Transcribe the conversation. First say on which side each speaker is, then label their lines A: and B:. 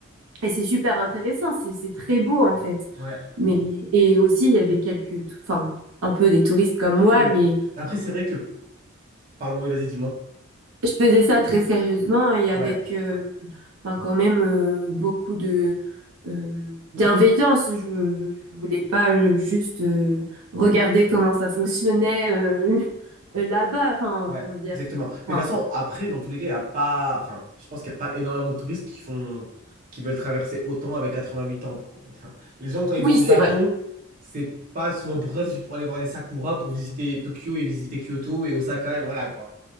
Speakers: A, on the right; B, on the right.
A: Et c'est super intéressant, c'est c'est très beau en fait.
B: ouais,
A: Mais et aussi, il y avait quelques, tou- enfin, un peu des touristes comme moi,
B: ouais, mais
A: mais
B: après c'est vrai que, pardon, oui, vas-y, dis-moi.
A: Je faisais ça très sérieusement et avec
B: Ouais.
A: euh, enfin quand même euh, beaucoup de euh, bienveillance. Je, je voulais pas euh, juste euh, regarder comment ça fonctionnait euh, <laughs> là-bas. Enfin,
B: Ouais,
A: comment dire?
B: exactement.
A: Enfin,
B: Mais de toute façon, après, dans tous les cas, il y a pas. Enfin, je pense qu'il n'y a pas énormément de touristes qui font... qui veulent traverser autant avec 88 temples, quoi. Enfin, les gens, quand ils
A: oui,
B: vont au
A: c'est
B: Japon,
A: vrai.
B: c'est pas souvent pour ça, c'est juste pour aller voir les Sakura, pour visiter Tokyo et visiter Kyoto et Osaka, et voilà, quoi. <laughs>